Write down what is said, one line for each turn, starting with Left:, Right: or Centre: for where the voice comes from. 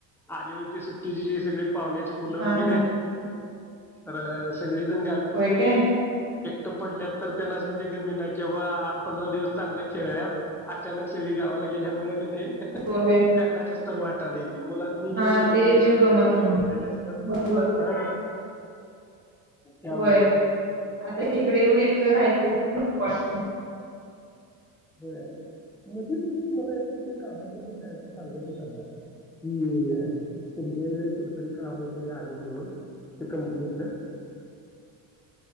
Centre: आलीवरती सुट्टीची सगळी पाहुण्याची मुलं
Right: हा
Centre: वगैरे
Right: हा
Centre: अरे तगळीजण.
Right: होय काय
Centre: त पडल्यात तर त्यांनास नी तेे गेम बिम नाही कि वा आठ पंधरा दिवस चांगलं खेळल्यात अचानक सगळी गावाला गेल्यामुळें कनई <unintelligible>
Right: होय
Centre: करना कस तर वाटालयीत मुलास्नी
Right: हा
Centre: हे होतय व ते एकदम
Right: जीव गमत
Centre: खेळयाल
Right: नाही
Centre: रुळल्याल असतात,
Right: बरोबर
Centre: हा त्यामुळं
Right: व्हय. नको वाटतय
Centre: व्हय मध्ये तुम्ही मला एका कामाबद्दल काहीतरी सांगत होता ना कि तुमच्याकडे कुठ तरी काम वगैरे आहे म्हणून त्या कंपनीतलं